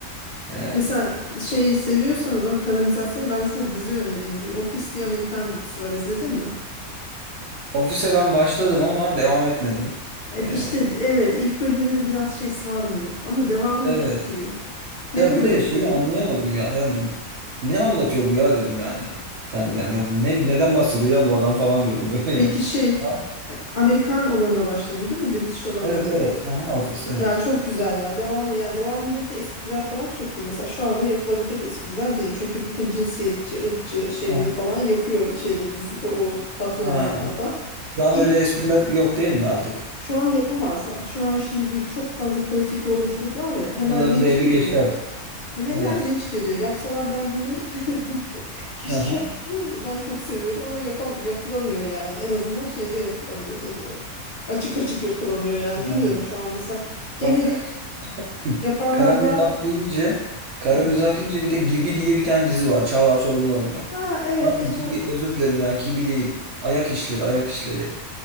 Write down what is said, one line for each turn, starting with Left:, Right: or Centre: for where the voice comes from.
Right: Ee,
Left: Mesela şey seviyorsan o zaman karamizasyon ben sana dizi önereyim. Bir Office diye Amerikan dizisi var izledin mi?
Right: Ofise ben başladım ama devam etmedim.
Left: E,
Right: Ee,
Left: işte evet ilk bölümleri biraz şey sarmıyor ama devamında
Right: evet.
Left: çok iyi. Ne
Right: Ya
Left: kadar
Right: bir de
Left: izledin?
Right: şeyi anlayamadım ya. Yani ne anlatıyor bu ya dedim yani. Kendi kendime. Bu Ne, neden bahsediyor ya bu adam falan diyorum <laughs> böyle yani.
Left: Peki şey
Right: Ya,
Left: e, Amerikan olanına başladın değil mi? British olanına
Right: Evet
Left: değil.
Right: evet. Aha, ofis evet.
Left: Ya çok güzel ya. Devamı yani devamındaki espriler falan çok iyi. Mesela şu anda yapılabilecek espriler değil. Çünkü bütün cinsiyetçi, ırkçı şeyleri
Right: Aha,
Left: falan yapıyor şeyde dizide o patron
Right: aha.
Left: olan adam.
Right: Şu an
Left: İlk
Right: öyle espriler yok değil mi artık?
Left: Şu an yapamazlar. Şu an şimdi bir çok fazla politik doğruculuk var ya hemen
Right: Onların
Left: linç
Right: devri
Left: geliyor.
Right: geçti artık.
Left: Hemen
Right: Evet.
Left: linç geliyor. Yapsalar ben dinledim de. <laughs> Keşke
Right: Aha.
Left: yapsalar ama ben çok seviyordum ama yapam yapılamıyor yani. En azından şeyde yapılamıyor nedir o? Açık açık yapılamıyor yani.
Right: Aynen.
Left: Bilmiyorum şu an mesela gene
Right: Bak
Left: gerçi
Right: <laughs>
Left: yapanlar
Right: kara mizah
Left: var.
Right: deyince kara
Left: Hı.
Right: mizah deyince bir de Gibi diye bir tane dizi var. Çağlar Çorumlu oynuyor.
Left: Ha evet
Right: Pardon
Left: geçen
Right: Gibi özür dilerim ya Gibi değil. Ayak işleri ayak işleri.